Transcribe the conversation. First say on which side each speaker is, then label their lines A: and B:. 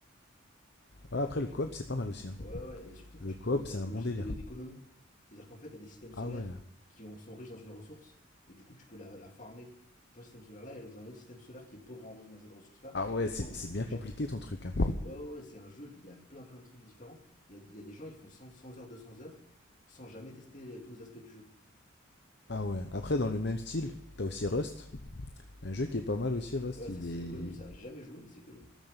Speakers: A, on the left; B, on the left.
A: Ah, après le coop c'est pas mal aussi. hein.
B: Ouais, ouais, et surtout que
A: Le
B: tu
A: coop
B: peux, t'as
A: c'est
B: une
A: un
B: logique
A: bon délire.
B: d'économie. C'est-à-dire qu'en fait, t'as des systèmes solaires
A: Ah ouais.
B: qui ont- sont riches dans une ressource, et du coup, tu peux la, la farmer dans ce système solaire-là et dans un autre système solaire qui est pauvre en rose dans cette ressource-là,
A: Ah ouais
B: et le
A: c'est
B: vendre beaucoup
A: c'est bien
B: plus
A: compliqué
B: cher.
A: ton truc. hein.
B: Ouais, ouais, ouais, c'est un jeu, il y a plein plein de trucs différents. Il y a, il y a des gens, ils font 100 100 heures, 200 heures, sans jamais tester les- tous les aspects du jeu.
A: Ah ouais. Après dans le même style. T'as aussi Rust, un jeu qui est pas mal aussi Rust,
B: Ouais,
A: il
B: ça c'est
A: est,
B: connu ça, j'ai jamais joué, mais c'est connu.